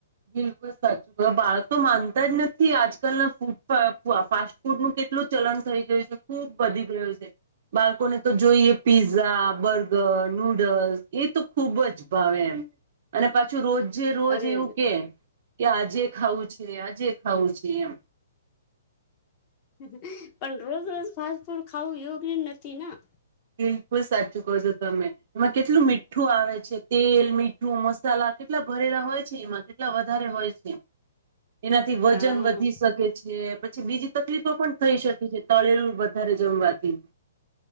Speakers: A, on the right; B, on the left.
A: બિલકુલ સાચું બાળક તો માનતા જ નથી આજકાલના ફૂડ ફાસ્ટ ફૂડનું કેટલું ચલણ થઈ ગયું છે ખૂબ વધી ગયું છે બાળકોને તો જોઈએ પીઝા બર્ગર નુડલ્સ એ તો ખુબ જ ભાવે એમ અને પાછું રોજ જે રોજ
B: અરે
A: એવું કે આજે ખાવું છે આજે ખાવું છે એમ
B: પણ રોજ રોજ ફાસ્ટ ફૂડ ખાવું યોગ નથી ના
A: બિલકુલ સાચું કજો તમે એમાં કેટલું મીઠું આવે છે તેલ મીઠું મસાલા કેટલા ભરેલા હોય છે એમાં કેટલા વધારે હોય છે એનાથી વજન
B: હા
A: વધી શકે છેી બીજી તકલીફો પણ થઈ શકે છે તળેલું વધારે જમવાથી